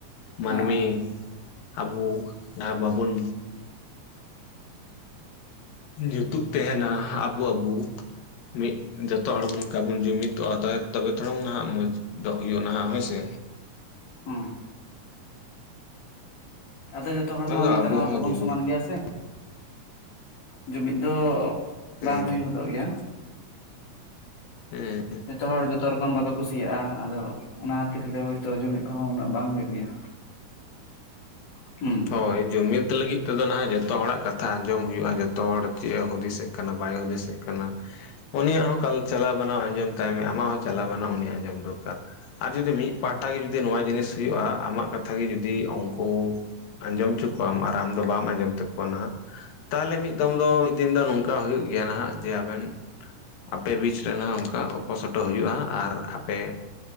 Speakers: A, on the left (about 85°); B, on the left (about 70°).
A: ᱢᱟᱹᱱᱢᱤ
B: ᱦᱮᱸ
A: ᱟᱵᱩ ᱡᱟᱦᱟᱸ ᱵᱟᱵᱩᱱ ᱡᱩᱛᱩᱜ ᱛᱮᱦᱮᱱᱟ ᱟᱵᱩ ᱟᱵᱩ ᱢᱤᱫ ᱡᱚᱛᱚ ᱦᱚᱲ ᱵᱩᱱ ᱛᱟᱵᱚᱱ ᱡᱩᱢᱤᱫᱚᱜᱼᱟ ᱛᱚᱵᱮ ᱛᱷᱚᱲᱚᱝ ᱱᱟᱜ ᱢᱚᱸᱡᱽ ᱫᱚ ᱦᱩᱭᱩᱜᱼᱟ ᱱᱟᱦᱟᱜ ᱦᱳᱭᱥᱮ?
B: ᱦᱮᱸ ᱟᱫᱚ ᱡᱚᱛᱚ ᱦᱚᱲ ᱢᱟ
A: ᱟᱫᱚ
B: ᱱᱮᱛᱟᱨ
A: ᱟᱵᱚ
B: ᱢᱟ
A: ᱦᱚᱸ
B: ᱵᱟᱵᱚᱱ
A: ᱡᱩᱢᱤᱫ
B: ᱥᱚᱢᱟᱱ ᱜᱮᱭᱟ ᱥᱮ? ᱡᱩᱢᱤᱫ ᱫᱚ
A: ᱦᱩᱸ
B: ᱵᱟᱝ ᱦᱩᱭ ᱦᱚᱫᱚᱜ ᱜᱮᱭᱟ᱾
A: ᱦᱮᱸ
B: ᱡᱚᱛᱚ ᱦᱚᱲ ᱡᱚᱛᱚ ᱨᱚᱠᱚᱢ ᱵᱟᱠᱚ ᱠᱩᱥᱤᱭᱟᱜ-ᱟ ᱟᱫᱚ ᱚᱱᱟ ᱠᱷᱟᱛᱤᱨ ᱫᱚ ᱦᱚᱭᱛᱚ ᱡᱩᱢᱤᱫ ᱠᱚᱦᱚᱸ ᱩᱱᱟᱹᱜ ᱵᱟᱝ ᱦᱩᱭᱩᱜ ᱜᱮᱭᱟ᱾ ᱦᱩᱸ
A: ᱦᱳᱭ ᱡᱩᱢᱤᱫ ᱞᱟᱹᱜᱤᱫ ᱛᱮᱫᱚ ᱞᱟᱦᱟ ᱡᱚᱛᱚ ᱦᱚᱲᱟᱜ ᱠᱟᱛᱷᱟ ᱟᱸᱡᱚᱢ ᱦᱩᱭᱩᱜ-ᱟ ᱡᱚᱛᱚ ᱦᱚᱲ ᱪᱮᱫ ᱮ ᱦᱩᱫᱤᱥᱮᱫ ᱠᱟᱱᱟ ᱵᱟᱭ ᱦᱩᱫᱤᱥᱮᱫ ᱠᱟᱱᱟ ᱩᱱᱤᱭᱟᱜ ᱦᱚᱸ ᱠᱟᱞ ᱪᱟᱞᱟᱣ ᱵᱟᱱᱟᱣ ᱟᱸᱡᱚᱢ ᱛᱟᱭ ᱢᱮ ᱟᱢᱟᱜ ᱦᱚᱸ ᱪᱟᱞᱟᱣ ᱜᱟᱱᱚᱜ-ᱟ ᱩᱱᱤ ᱟᱸᱡᱚᱢ ᱫᱚᱨᱠᱟᱨ ᱟᱨ ᱡᱩᱫᱤ ᱢᱤᱫ ᱯᱟᱦᱴᱟ ᱜᱮ ᱡᱩᱫᱤ ᱱᱚᱣᱟ ᱡᱤᱱᱤᱥ ᱦᱩᱭᱩᱜ-ᱟ ᱟᱢᱟᱜ ᱠᱟᱛᱷᱟ ᱜᱮ ᱡᱩᱫᱤ ᱩᱝᱠᱩ ᱟᱸᱡᱚᱢ ᱪᱚ ᱠᱚᱣᱟᱢ ᱟᱨ ᱟᱢ ᱫᱚ ᱵᱟᱢ ᱟᱸᱡᱚᱢ ᱛᱟᱠᱚᱣᱟ ᱱᱟ ᱛᱟᱦᱞᱮ ᱢᱤᱫ ᱢᱤᱛᱫᱚᱢ ᱫᱚ ᱢᱤᱫ ᱫᱤᱱ ᱫᱚ ᱱᱚᱝᱠᱟ ᱦᱩᱭᱩᱜ ᱜᱮᱭᱟ ᱱᱟᱦᱟᱜ ᱡᱮ ᱟᱵᱮᱱ ᱟᱯᱮ ᱵᱤᱪ ᱨᱮᱱᱦᱚᱸ ᱚᱱᱠᱟ ᱚᱯᱚ, ᱥᱚᱰᱚᱜ ᱦᱩᱭᱩᱜᱼᱟ ᱟᱨ ᱟᱯᱮ